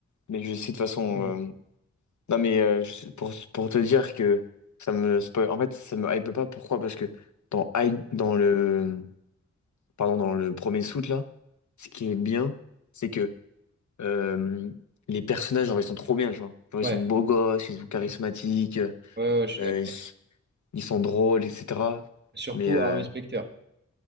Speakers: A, on the left (about 70°); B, on the right (about 35°).
A: Mais je sais de toute façon...
B: Mhm.
A: euh, Non, mais euh, je- pour, pour te dire que ça me spoil... En fait, ça me hype pas. Pourquoi? Parce que dans, Hype- dans le... Pardon, dans le premier Suits, là, ce qui est bien, c'est que... euh, les personnages, genre, ils sont trop bien, tu vois. Genre,
B: Ouais,
A: ils sont beaux gosses, ils sont charismatiques. Euh,
B: ouais, ouais, je suis d'accord.
A: ils, s- ils sont drôles, etc.
B: Surtout
A: Mais euh,
B: à Specter.